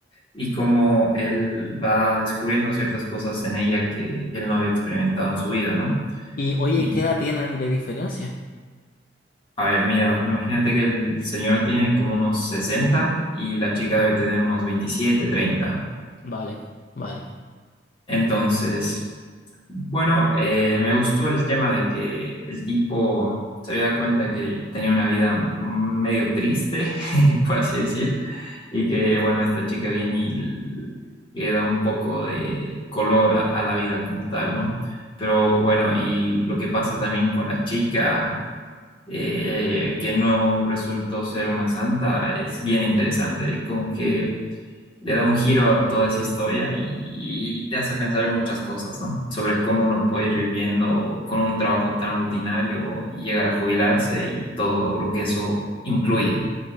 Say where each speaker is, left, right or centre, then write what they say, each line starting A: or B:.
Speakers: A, on the left; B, on the left.
A: y cómo él va descubriendo ciertas cosas en ella que él no había experimentado en su vida, ¿no?
B: Y oye,
A: Y,
B: ¿qué edad tienen de diferencia?
A: a ver, mira, imagínate que el señor tiene como unos 60 y la chica debe tener unos 27 treinta
B: Vale, vale.
A: Entonces, Bueno, eh, me gustó el tema de que el tipo se había dado cuenta que tenía una vida medio triste, <laughs> por así decir, y que, bueno, esta chica viene y, l- y le da un poco de color a, a la vida como tal, ¿no? Pero bueno, y lo que pasa también con la chica, eh, que no resultó ser una santa, es bien interesante, como que le da un giro a toda esa historia y, y te hace pensar en muchas cosas, ¿no? Sobre cómo uno puede ir viviendo con un trabajo tan rutinario y llegar a jubilarse y todo lo que eso incluye.